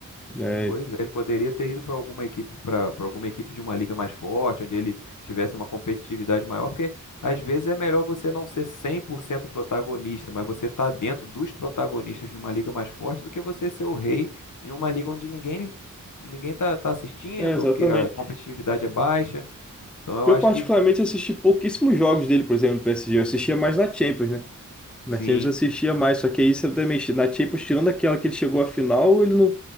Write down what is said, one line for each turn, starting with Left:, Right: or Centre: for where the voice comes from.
Centre: né?
Left: Pois é, ele poderia ter ido para alguma equipe, para alguma equipe de uma liga mais forte, onde ele tivesse uma competitividade maior, porque às vezes é melhor você não ser 100% protagonista, mas você tá dentro dos protagonistas de uma liga mais forte do que você ser o rei em uma liga onde ninguém ninguém tá, tá assistindo,
Centre: É, exatamente.
Left: que a competitividade é baixa. Então eu
Centre: Eu,
Left: acho
Centre: particularmente,
Left: que
Centre: assisti pouquíssimos jogos dele, por exemplo, no PSG. Eu assistia mais na Champions, né? Na
Left: sim,
Centre: Champions eu assistia mais, só que aí você também, na Champions, tirando aquela que ele chegou à final, ele não,